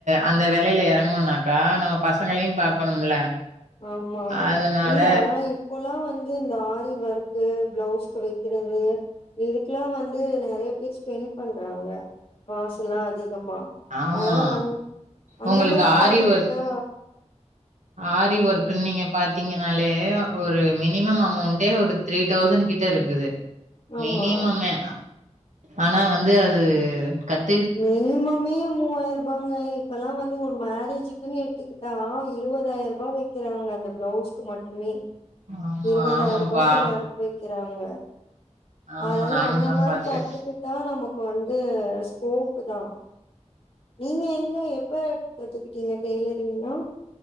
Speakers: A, on the right (about 85°); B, on the left (about 50°).
A: அந்த வேலையில இறங்கணும்னாக்கா நம்ம பசங்களையும் பாக்கணும்ல
B: ஆமா
A: அதனால
B: இல்ல ஆனா இப்பல்லாம் வந்து இந்த ஆரி வொர்க் கு பிளவுஸ்க்கு வைக்கிறது இதுக்கெல்லாம் வந்து நெறைய பேர் ஸ்பெண்ட் பண்றாங்க காசு எல்லாம் அதிகமா
A: ஆமா
B: அதனால வந் அந்த
A: உங்களுக்கு
B: மாரி காத்துக்கிட்டா
A: ஆரி ஒர்க் ஆரி ஒர்க்குன் நீங்க பாத் தீங்கனாலே ஒரு மினிமம் அமௌண்டே ஒரு த்ரீ தௌசண்ட் கிட்ட இருக்குது
B: ஆமா
A: மினிமமே ஆனா வந்து அது கத்
B: மினிமமே மூவாயிரம் ரூபாங்க இப்பல்லாம் வந்து ஒரு மேரேஜிக்குன்னு எடுத்துக்கிட்டா இரு இருபதாயிரம் ரூபாய் வைக்கிறாங்க அந்த பிளவுஸ்க்கு மட்டுமே
A: ஆமா
B: இருபதாயிரம்
A: ஆமாப்பா
B: ரூபாய்க்கு வொர்க் வைக்கிறாங்க
A: ஆமா
B: அதனால
A: நானு
B: அந்த
A: தா
B: மாரி
A: பாக்குறே
B: கத்துக்கிட்டா நமக்கு வந்து ஸ்கோப்பு தான் நீங்க எங்க எப்ப கத்துக்கிட்டீங்க டெய்லரிங்லா